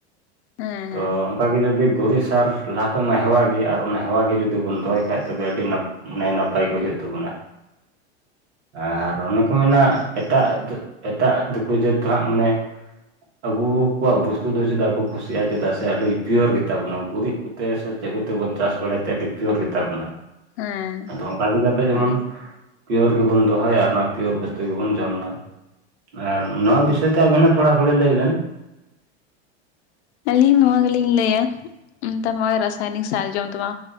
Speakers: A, on the left; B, on the right.
A: ᱦᱮᱸ
B: ᱛᱚ ᱚᱱᱠᱟᱜᱮ ᱡᱩᱫᱤ ᱜᱩᱨᱤᱡ ᱥᱟᱨ ᱞᱟᱦᱟ ᱠᱷᱚᱡ ᱢᱟ ᱦᱮᱣᱟ ᱜᱮ ᱟᱨ ᱚᱱᱟ ᱦᱮᱣᱟ ᱜᱮ ᱡᱩᱫᱤ ᱵᱚᱱ ᱫᱚᱦᱚᱭ ᱠᱷᱟᱡ ᱼᱼ ᱛᱚᱵᱮ ᱟᱹᱰᱤ ᱱᱟᱮ <unintelligible> ᱱᱟᱯᱟᱭ ᱜᱮ ᱦᱩᱭᱩᱜ ᱛᱟᱵᱚᱱᱟ। ᱟᱨ ᱚᱱᱮ ᱠᱚ ᱢᱮᱱᱟ ᱮᱴᱟᱜ ᱮᱴᱟᱜ ᱫᱤᱠᱩ ᱡᱟᱹᱛ ᱫᱚᱦᱟᱸᱜ ᱢᱟᱱᱮ ᱼᱼ ᱟᱵᱚ ᱠᱚᱣᱟᱜ ᱵᱚᱥᱛᱩ ᱫᱚ ᱪᱮᱫᱟᱜ ᱠᱚ ᱠᱩᱥᱤᱭᱟᱜᱼᱟ ᱪᱮᱫᱟᱜ ᱥᱮ ᱟᱹᱰᱤ ᱯᱤᱭᱳᱨ ᱜᱮ ᱛᱟᱵᱚᱱᱟ ᱜᱩᱨᱤᱡ। ᱛᱮ <unintelligible> ᱥᱮ ᱪᱮᱫ ᱠᱚᱛᱮ ᱵᱚᱱ ᱪᱟᱥ ᱵᱟᱲᱟᱭ ᱛᱮ ᱟᱹᱰᱤ ᱯᱤᱭᱳᱨ ᱜᱮᱛᱟ ᱵᱚᱱᱟ।
A: ᱦᱮᱸ
B: ᱟᱫᱚ ᱚᱝᱠᱟ ᱜᱮ ᱡᱟᱛᱮ ᱡᱮᱢᱚᱱ
A: ᱦᱮᱸ
B: ᱼᱼ ᱯᱤᱭᱳᱨ ᱜᱮᱵᱚᱱ ᱫᱚᱦᱚᱭᱟ ᱚᱱᱟ ᱯᱤᱭᱳᱨ ᱵᱚᱥᱛᱩ ᱜᱮᱵᱚᱱ ᱡᱚᱢᱫᱟ ᱟᱨ ᱱᱚᱣᱟ ᱵᱤᱥᱚᱭ ᱛᱮ ᱟᱵᱮᱱᱟᱜ ᱼᱼ ᱛᱷᱚᱲᱟ ᱛᱷᱚᱲᱤ ᱞᱟᱹᱭ ᱵᱮᱱ
A: ᱟᱹᱞᱤᱧ ᱱᱚᱣᱟ ᱜᱮᱞᱤᱧ ᱞᱟᱹᱭᱟ ᱼᱼ ᱛᱚᱭ <unintelligible> ᱨᱟᱥᱟᱭᱱᱤᱠ ᱥᱟᱨᱡᱚᱢ ᱛᱟᱢᱟ